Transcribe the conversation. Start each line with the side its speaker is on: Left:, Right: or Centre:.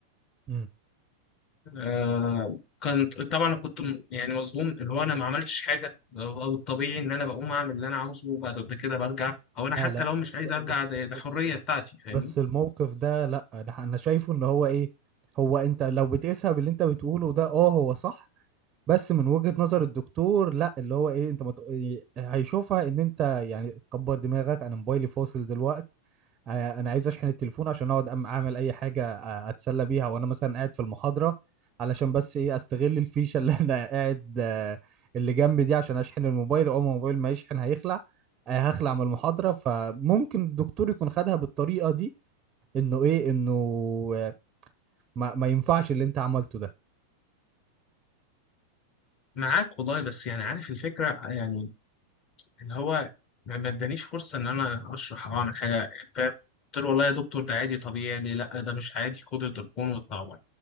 Right: امم
Left: آه كنت طبعا كنت م- يعني مصدوم اللي هو انا ما عملتش حاجه او أو الطبيعي ان انا بقوم اعمل اللي انا عاوزه وبعد كده برجع او انا
Right: لا
Left: حتى
Right: لا
Left: لو مش عايز ارجع
Right: بس
Left: ده, ده
Right: بس
Left: حريه بتاعتي فاهمني
Right: بس الموقف ده لا انا انا شايفه ان هو ايه هو انت لو بتقيسها باللي انت بتقوله ده اه هو صح بس من وجهة نظر الدكتور لا اللي هو ايه انت مت... هيشوفها ان انت يعني كبر دماغك انا موبايلي فاصل دلوقتي آه، انا عايز اشحن التليفون عشان اقعد أم- اعمل اي حاجة آه، اتسلى بيها وانا مثلا قاعد في المحاضرة علشان بس ايه استغل الفيشة اللي <laughs> انا قاعد آه، اللي جنبي دي عشان اشحن الموبايل اول ما الموبايل ما يشحن هيخلع آه، هخلع من المحاضرة فممكن الدكتور يكون خدها بالطريقة دي انه ايه انه آه، ما, ما ينفعش اللي انت عملته ده
Left: معاك والله بس يعني عارف الفكره يعني اللي هو ما ما ادانيش فرصه ان انا اشرح او اعمل حاجه فاهم قلت له والله يا دكتور ده عادي طبيعي ليه لا ده مش عادي خد التليفون واطلع بره